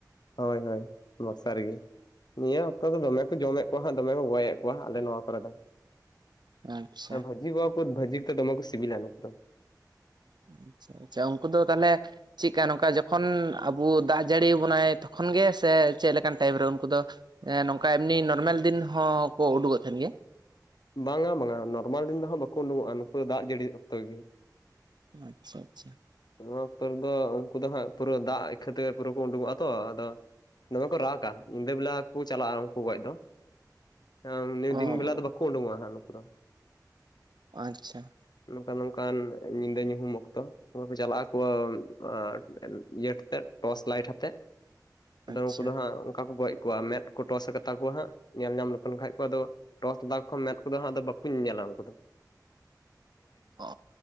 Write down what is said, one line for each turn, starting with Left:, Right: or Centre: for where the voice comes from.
Left: ᱦᱳᱭ ᱦᱳᱭ ᱵᱚᱨᱥᱟ ᱨᱮᱜᱮ ᱾ ᱱᱤᱭᱟᱹ ᱚᱠᱛᱚ ᱫᱚ ᱫᱚᱢᱮ ᱠᱚ ᱡᱚᱢᱮᱫ ᱠᱚᱣᱟ ᱦᱟᱸᱜ ᱫᱚᱢᱮ ᱠᱚ ᱜᱚᱭᱮᱫ ᱠᱚᱣᱟ ᱟᱞᱮ ᱱᱚᱣᱟ ᱠᱚᱨᱮ ᱫᱚ ᱾ <inaudible>
Right: ᱟᱪᱪᱷᱟ
Left: ᱵᱷᱟᱹᱡᱤ <unintelligible> ᱵᱷᱟᱹᱡᱤ ᱛᱚ ᱫᱚᱢᱮ ᱠᱚ ᱥᱤᱵᱤᱞᱟ ᱱᱩᱠᱩ ᱫᱚ ᱾
Right: ᱟᱪᱪᱷᱟ ᱟᱪᱪᱷᱟ ᱾ ᱩᱱᱠᱩ ᱫᱚ ᱛᱟᱦᱚᱞᱮ ᱪᱮᱫᱠᱟ ᱱᱚᱝᱠᱟ ᱡᱚᱠᱷᱚᱱ ᱟᱵᱚ ᱫᱟᱜ ᱡᱟᱹᱲᱤ ᱟᱵᱚᱱᱟᱭ ᱛᱚᱠᱷᱚᱱ ᱜᱮ ᱥᱮ ᱪᱮᱫ ᱞᱮᱠᱟᱱ ᱴᱟᱭᱤᱢ ᱨᱮ ᱩᱱᱠᱩ ᱫᱚ ᱮᱸᱻ ᱱᱚᱝᱠᱟ ᱮᱢᱱᱤ ᱱᱚᱨᱢᱮᱞ ᱫᱤᱱ ᱦᱚᱸᱠᱚ ᱩᱰᱩᱠᱚᱜ ᱛᱟᱦᱮᱱ ᱜᱮᱭᱟ?
Left: ᱵᱟᱝ-ᱟ ᱵᱟᱝ-ᱟ ᱱᱚᱨᱢᱟᱞ ᱫᱤᱱ ᱦᱟᱸᱜ ᱵᱟᱠᱚ ᱩᱰᱩᱠᱚᱜ-ᱟ, ᱱᱩᱠᱩ ᱫᱚ ᱫᱟᱜ ᱡᱟᱹᱲᱤ ᱚᱠᱛᱚ ᱜᱮ ᱾
Right: ᱟᱪᱪᱷᱟ ᱟᱪᱪᱷᱟ ᱾
Left: ᱱᱚᱣᱟ ᱚᱠᱛᱚ ᱨᱮᱫᱚ ᱩᱱᱠᱩ ᱫᱚ ᱦᱟᱸᱜ ᱯᱩᱨᱟᱹ ᱫᱟᱜ ᱤᱠᱷᱟᱹ ᱛᱮᱜᱮ ᱯᱩᱨᱟᱹ ᱠᱚ ᱩᱰᱩᱠᱚᱜ-ᱟ ᱛᱚ, ᱟᱫᱚ ᱫᱚᱢᱮ ᱠᱚ ᱨᱟᱜᱟ, ᱧᱤᱫᱟᱹ ᱵᱮᱞᱟ ᱠᱚ ᱪᱟᱞᱟᱜ-ᱟ ᱩᱱᱠᱩ ᱜᱚᱡ ᱫᱚ ᱾ ᱦᱮᱸ ᱫᱤᱱ
Right: ᱚ
Left: ᱵᱮᱞᱟ ᱫᱚ ᱵᱟᱠᱚ ᱩᱰᱩᱠᱚᱜ-ᱟ ᱦᱟᱜ ᱱᱩᱠᱩ ᱫᱚ ᱾ <inaudible>
Right: ᱟᱪᱪᱷᱟ ᱾
Left: ᱱᱚᱝᱠᱟᱱ ᱱᱚᱝᱠᱟᱱ ᱧᱤᱫᱟᱹ ᱧᱩᱦᱩᱢ ᱚᱠᱛᱚ ᱾ ᱚᱠᱚᱭ ᱠᱚ ᱪᱟᱞᱟᱜ ᱟᱠᱚ ᱟᱻ ᱤᱭᱟᱹᱛᱮ ᱴᱚᱨᱪ ᱞᱟᱭᱤᱴ ᱟᱛᱮᱫ ᱾ ᱟᱫᱚ
Right: ᱟᱪᱪᱷᱟ
Left: ᱩᱱᱠᱩ ᱫᱚ ᱦᱟᱸᱜ ᱚᱱᱠᱟ ᱠᱚ ᱜᱚᱡ ᱠᱚᱣᱟ ᱾ ᱢᱮᱸᱫ ᱠᱚ ᱴᱚᱥ ᱟᱠᱟ ᱛᱟᱠᱚᱣᱟ ᱦᱟᱸᱜ ᱾ ᱧᱮᱞ ᱧᱟᱢ ᱞᱮᱠᱚ ᱠᱷᱟᱱ ᱠᱚ ᱟᱫᱚ ᱴᱚᱥ <unintelligible> <inaudible> ᱢᱮᱫ ᱠᱚᱫᱚ ᱦᱟᱸᱜ ᱟᱫᱚ ᱵᱟᱠᱚ ᱧᱮᱧᱮᱞᱟ ᱩᱱᱠᱩ ᱫᱚ ᱾
Right: ᱚᱻ